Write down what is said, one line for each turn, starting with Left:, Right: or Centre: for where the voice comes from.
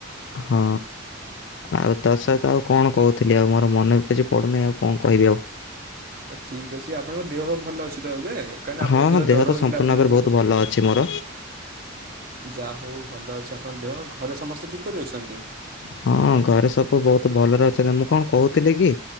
Left: ହଁ ଆଉ ତା ସହିତ ଆଉ କଣ କହୁଥିଲି? ଆଉ ମୋର ମନେ କିଛି ପଡ଼ୁନାଇଁ। ଆଉ କଣ କହିବି ଆଉ?
Right: ଠିକ ଅଛି। ଆପଣଙ୍କ ଦେହ ପା ଭଲ ଅଛି? ତ ଏବେ। କାହିଁକି ନା ଆପଣଙ୍କ
Left: ହଁ
Right: ଦେହ
Left: ହଁ
Right: ଜର
Left: ତ
Right: ହୋଇଥିଲା
Left: ସମ୍ପୂର୍ଣ୍ଣ
Right: ଆପଣଙ୍କୁ
Left: ଭାବରେ ବହୁତ ଭଲ ଅଛି ମୋର
Right: ଯାହା ହଉ ଭଲ ଅଛ। କଣ ଦେହ। ଘରେ ସମସ୍ତେ କିପରି ଅଛନ୍ତି?
Left: ହଁ ଘରେ ସବୁ ବହୁତ ଭଲରେ ଅଛନ୍ତି। ମୁଁ କଣ କହୁଥିଲି କି?